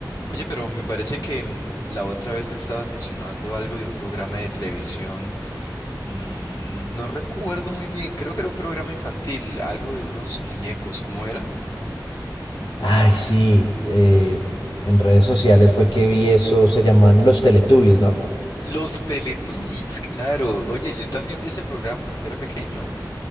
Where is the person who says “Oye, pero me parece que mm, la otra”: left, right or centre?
Left